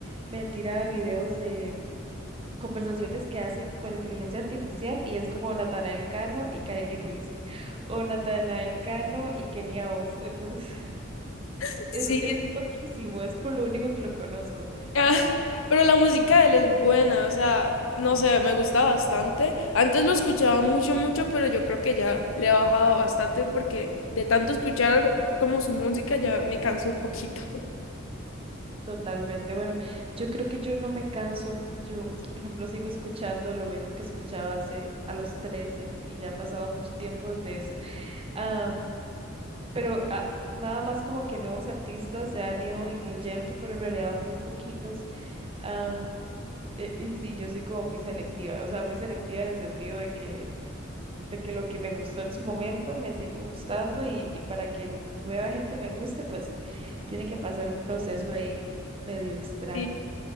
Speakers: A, on the right; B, on the left.
A: me tira videos de conversaciones que hace con inteligencia artificial y es como Natanael Cano y Kareli Ruiz o Natanael Cano y Kenia Os. Entonces, <laughs>
B: <laughs> Sí,
A: es, es loquísimo, es por lo único que lo conozco.
B: Ah, <laughs> Pero la música de él es buena, o sea, no sé, me gusta bastante. Antes lo escuchaba mucho, mucho, pero yo creo que ya le he bajado bastante porque de tanto escuchar como su música ya me cansé un poquito. <laughs>
A: Totalmente. Bueno, yo creo que yo no me canso. Yo, por ejemplo, sigo escuchando lo mismo que escuchaba hace a los 13 y ya ha pasado mucho tiempo desde eso. Am, pero ah, nada más como que nuevos artistas se han ido incluyendo, pero en realidad muy poquitos. Am, e- y sí, yo soy como muy selectiva, o sea, muy selectiva en el sentido de que, de que lo que me gustó en su momento me sigue gustando y, y para que nueva gente me guste, pues tiene que pasar un proceso ahí medio extraño.
B: Y